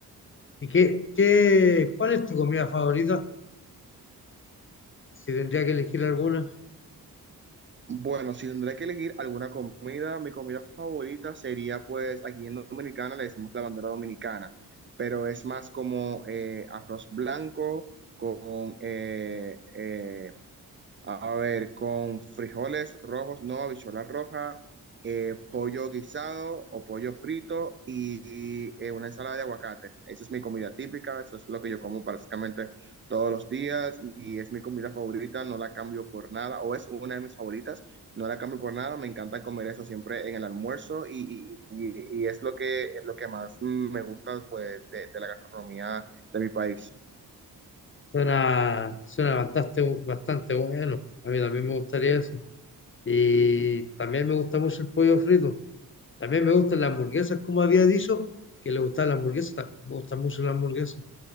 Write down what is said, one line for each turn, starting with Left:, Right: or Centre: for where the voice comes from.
Left: ¿Y qué, qué, cuál es tu comida favorita? Si tendría que elegir alguna.
Right: Bueno, si tendré que elegir alguna comida, mi comida favorita sería pues aquí en Dominicana le decimos la bandera dominicana, pero es más como eh, arroz blanco con eh, eh, A ver, con frijoles rojos, no, habichuela roja, eh, pollo guisado o pollo frito y, eh, una ensalada de aguacate. Esa es mi comida típica, eso es lo que yo como prácticamente todos los días y es mi comida favorita, no la cambio por nada, o es una de mis favoritas, no la cambio por nada, me encanta comer eso siempre en el almuerzo y, y- y- y es lo que, lo que más mm, me gusta pues, de de la gastronomía de mi país.
Left: Suena, suena bastante, bastante bueno. A mí también me gustaría eso. Y también me gusta mucho el pollo frito. También me gustan las hamburguesas, como había dicho, que le gustan las hamburguesas. También me gustan mucho las hamburguesas.